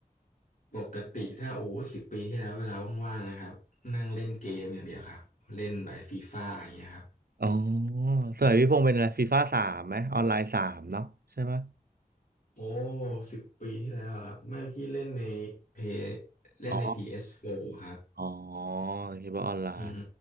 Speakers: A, on the left; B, on the right.
A: ปกติถ้าโอ้สิบปีที่แล้วเวลาว่างๆนะครับนั่งเล่นเกมอย่างเดียวครับเล่นใบบฟีฟ่าอย่างเงี้ยครับ
B: อ๋อสมัยพี่พงศ์เป็นอะไรฟีฟ่าสามไหมออนไลน์สามเนาะใช่ไหม
A: โอ้สิบปีที่แล้วอะครับไม่พี่เล่นในเพเล่นใน
B: อ๋อ
A: PS4 ครับ
B: อ๋อคิดว่าออนไลน์
A: อืม